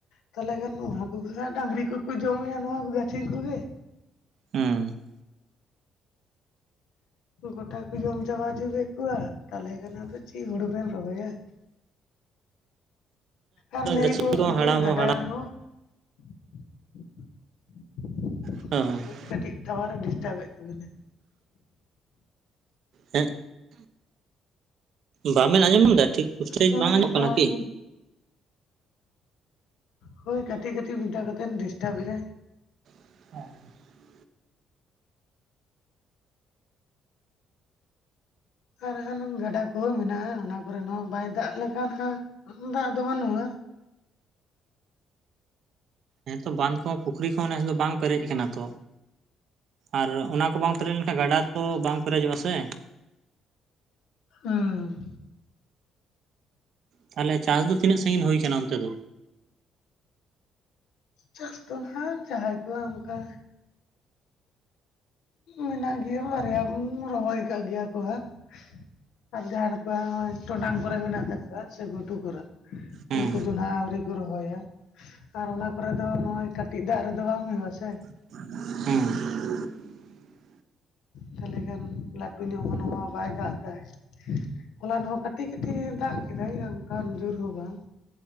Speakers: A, on the left; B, on the right.
A: ᱛᱟᱦᱚᱞᱮ ᱜᱟᱱ ᱱᱚᱣᱟ ᱦᱟᱠᱩ ᱜᱮ ᱦᱟᱸᱜ ᱰᱟᱝᱨᱤ ᱠᱚᱠᱚ ᱡᱚᱢ ᱧᱩᱭᱟ ᱱᱚᱣᱟ ᱠᱚ ᱜᱟᱹᱪᱷᱤ ᱠᱚᱜᱮ᱾
B: ᱦᱩᱸ᱾
A: ᱜᱚᱴᱟ ᱠᱚ ᱡᱚᱢ ᱪᱟᱵᱟ ᱦᱩᱪᱩ ᱠᱮᱫ ᱠᱚᱣᱟ ᱛᱟᱦᱚᱞᱮ ᱠᱷᱟᱱ ᱟᱫᱚ ᱪᱤ ᱦᱩᱲᱩ ᱵᱮᱱ ᱨᱚᱦᱚᱭᱟ᱾ ᱟᱨ ᱱᱟᱹᱭ
B: ᱜᱟᱹᱪᱷᱤ
A: ᱠᱚᱦᱚᱸ ᱵᱟᱹᱱᱩᱜ-ᱟ
B: ᱦᱟᱲᱟᱢ ᱦᱚᱸ
A: ᱜᱟᱰᱟ ᱨᱮᱦᱚᱸ <unintelligible>
B: <unintelligible>
A: ᱠᱟᱹᱴᱤᱡ ᱴᱟᱣᱟᱨᱮ ᱰᱤᱥᱴᱟᱵᱮ ᱛᱟᱵᱮᱱᱟᱭ᱾
B: ᱦᱮᱸ ᱵᱟᱸᱵᱤᱱ ᱟᱸᱡᱚᱢ ᱫᱟ ᱴᱷᱤᱠ ᱦᱳᱥᱴᱮᱡ
A: ᱦᱳᱭ
B: ᱵᱟᱝ ᱟᱸᱡᱚᱜ ᱠᱟᱱᱟ
A: ᱦᱳᱭ
B: ᱠᱤ?
A: ᱦᱳᱭ ᱠᱟᱹᱴᱤᱡ ᱠᱟᱹᱴᱤᱡ ᱢᱤᱫ ᱫᱷᱟᱣ ᱠᱟᱛᱷᱮᱱ ᱰᱤᱥᱴᱟᱵ ᱮᱟᱭ ᱾
B: <unintelligible>
A: ᱠᱟ ᱨᱮᱦᱚᱸ ᱱᱩᱝ ᱜᱟᱰᱟ ᱠᱚᱦᱚᱸ ᱢᱮᱱᱟᱜ-ᱟ ᱚᱱᱟ ᱠᱚᱨᱮᱱ ᱦᱚᱸ ᱵᱟᱭ ᱫᱟᱜ ᱞᱮᱠᱷᱟᱱ ᱦᱟᱸᱜ ᱫᱟᱜ ᱫᱚ ᱵᱟᱱᱩᱜ-ᱟ᱾
B: ᱦᱮᱸᱛᱚ ᱵᱟᱸᱫᱷ ᱠᱚᱦᱚᱸ ᱯᱩᱠᱷᱨᱤ ᱠᱚᱦᱚᱸ ᱱᱮᱥ ᱫᱚ ᱵᱟᱝ ᱯᱮᱨᱮᱡ ᱟᱠᱟᱱᱟ ᱛᱚ, ᱟᱨ ᱚᱱᱟ ᱠᱚ ᱵᱟᱝ ᱯᱨᱮᱡ ᱞᱮᱱᱠᱷᱟᱱ ᱜᱟᱰᱟ ᱛᱚ ᱵᱟᱝ ᱯᱮᱨᱮᱡᱚᱜ-ᱟ ᱥᱮ᱾
A: ᱦᱩᱸᱢ
B: ᱛᱟᱦᱚᱞᱮ ᱪᱟᱥ ᱫᱚ ᱛᱤᱱᱟᱹᱜ ᱥᱟᱺᱜᱤᱱ ᱦᱩᱭ ᱟᱠᱟᱱᱟ ᱚᱱᱛᱮ ᱫᱚ?
A: ᱪᱟᱥ ᱫᱚ ᱱᱟ ᱦᱟᱸᱜ ᱡᱟᱦᱟᱸᱭ ᱠᱚᱣᱟ ᱚᱱᱠᱟ ᱢᱮᱱᱟᱜ ᱜᱮᱭᱟ ᱵᱟᱨᱭᱟᱢ ᱨᱚᱦᱚᱭ ᱟᱠᱟᱜ ᱜᱮᱭᱟ ᱠᱚ ᱦᱟᱸᱜ ᱾ ᱟᱨᱱᱡᱟᱨᱱ ᱠᱚᱭᱟ ᱱᱚ-ᱚᱭ ᱴᱚᱸᱰᱟᱝ ᱠᱚᱨᱮ ᱢᱮᱱᱟᱜ ᱛᱟᱠᱚᱣᱟ ᱥᱮ ᱜᱷᱩᱴᱩ ᱠᱚᱨᱮ,
B: ᱦᱩᱸ
A: ᱩᱱᱠᱩ ᱫᱚ ᱱᱟᱦᱟᱜ ᱟᱹᱣᱨᱤ ᱠᱚ ᱨᱚᱦᱚᱭᱟ ᱟᱨ ᱚᱱᱟ ᱠᱚᱨᱮ ᱫᱚ ᱱᱚ-ᱚᱭ ᱠᱟᱴ ᱠᱟᱹᱴᱤᱡ ᱫᱟᱜ ᱨᱮᱫᱚ ᱵᱟᱝ ᱦᱩᱭᱩᱜ-ᱟ ᱥᱮ᱾
B: ᱦᱩᱸ
A: ᱛᱟᱦᱚᱞᱮ ᱠᱷᱟᱱ ᱞᱟᱹᱴᱩ ᱧᱚᱜ ᱦᱚᱸ ᱢᱟ ᱵᱟᱭ ᱫᱟᱜ ᱫᱟᱭ᱾ ᱦᱚᱞᱟᱱᱚᱜ ᱠᱟᱹᱴᱤᱡ ᱠᱟᱹᱴᱤᱡ ᱫᱟᱜ ᱠᱮᱫᱟᱭ ᱚᱱᱠᱟ ᱡᱳᱨ ᱦᱚᱸ ᱵᱟᱝ᱾